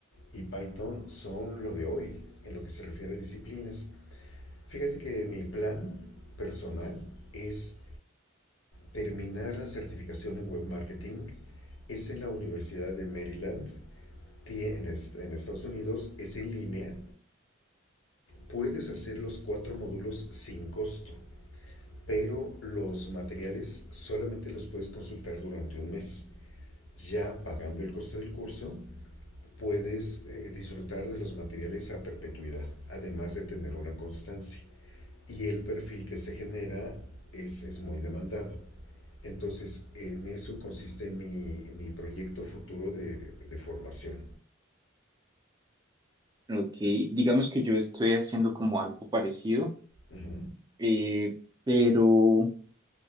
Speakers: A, on the left (about 80°); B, on the right (about 20°).
A: y Python son lo de hoy en lo que se refiere a disciplinas. Fíjate que mi plan personal es terminar la certificación en web marketing, es en la Universidad de Maryland, en Estados Unidos, es en línea, Puedes hacer los cuatro módulos sin costo, pero los materiales solamente los puedes consultar durante un mes. Ya pagando el costo del curso, puedes eh, disfrutar de los materiales a perpetuidad, además de tener una constancia. Y el perfil que se genera es, es muy demandado. Entonces, en eso consiste mi, mi proyecto futuro de, de formación.
B: Ok, digamos que yo estoy haciendo como algo parecido,
A: Ujú,
B: eh, pero, o